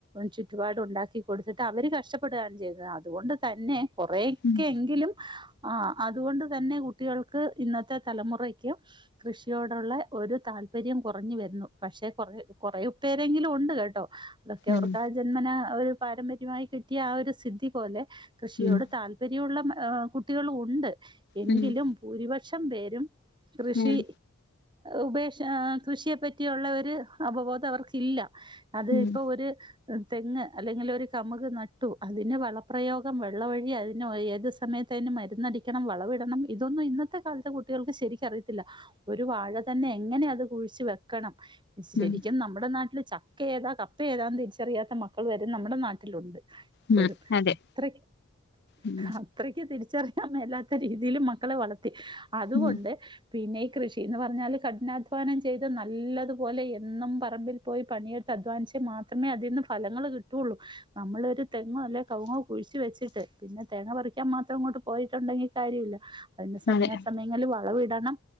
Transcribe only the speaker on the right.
ചുറ്റുപാടുണ്ടാക്കി കൊടുത്തിട്ട് അവര് കഷ്ടപ്പെടാണ് ചെയ്തുന്നത് അതുകൊണ്ട് തന്നെ. കുറേക്കെങ്കിലും
ആഹ് അതുകൊണ്ട് തന്നെ കുട്ടികൾക്ക് ഇന്നത്തെ തലമുറക്ക് കൃഷിയോടുള്ള ഒരു താല്പര്യം കുറഞ്ഞു വരുന്നു പക്ഷെ കുറ കുറയും പേരെങ്കിലും ഉണ്ട് കേട്ടോ. അതൊക്കെ അവർക്കാ
ജന്മന ഒരു പാരമ്പര്യമായി കിട്ടിയ ആഹ് ഒരു സിദ്ധി പോലെ കൃഷിയോട്
താല്പര്യം താല്പര്യള്ള കുട്ടികളുണ്ട് എങ്കിലും
ഭൂരിപക്ഷം പേരും കൃഷി.
ഉപേക്ഷ കൃഷിയെ പറ്റിയുള്ള ഒര് അവബോധ അവർക്കില്ല. അത്
ഇപ്പൊ ഒര് തെങ്ങ് അല്ലെങ്കിലൊരു കമുക് നട്ടു അതിന് വളപ്രയോഗം വെള്ളം വഴി അതിന് ഏത് സമയ ത്തേനു മര്ന്നടിക്കണം വളവ്ടണം ഇതൊന്നും ഇന്നത്തെ കാലത്തെ കു കുട്ടികൾക്ക് ശരിക്കറിയത്തില്ല ഒരു വാഴ തന്നെ എങ്ങനെ അത് കുഴിച്ച് വെക്കണം ശരിക്കും
നമ്മടെ നാട്ടില് ച ക്ക ഏതാ കപ്പ ഏതാന്ന് തിരിച്ചറിയാത്ത മക്കള് വരേ നമ്മടെ നാട്ടിലുണ്ട്. അപ്പഴും
അത്ര
അത്രക്ക് തിരിച്ചറിയാമേലാത്ത രീതിയില് മക്കളെ വളർത്തി അതുകൊണ്ട്
പിന്നെ ഈ കൃഷിന്ന് പർഞ്ഞാല് കഠിനധ്വാനം ചെയ്ത് നല്ലത് പോലെ എന്നും പറമ്പിൽ പോയി പണിയെടുത്ത് അധ്വാനിച്ച് മാത്രമേ അതീന്ന് ഫലങ്ങൾ കി ട്ടുള്ളൂ നമ്മളൊരു തെങ്ങോ അല്ലെ കവുങ്ങോ കുഴിച്ച് വെച്ചിട്ട് പിന്നെ തേങ്ങ പറിക്കാൻ മാത്രം ഇങ്ങോട്ട് പോയിട്ടുണ്ടെങ്കിൽ കാര്യയില്ല അതിന് സമയാസ
ഞ്ഞാല് വളം ഇടണം